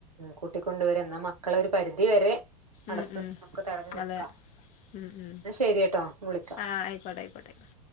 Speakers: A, on the right (about 85°); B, on the left (about 40°).
A: കൂട്ടികൊണ്ട്വര എന്നാ മക്കള ഒരു പരിധി വരെ ത
B: ഉം
A: ടസ്
B: ഉം
A: നമുക്ക് തടഞ്ഞു നിക്കാം.
B: അതെ ഉം ഉം
A: ന്ന ശരിയട്ടോ വിളിക്കാം.
B: ആ ആയിക്കോട്ടെ ആയിക്കോട്ടെ ആയിക്കോട്ടെ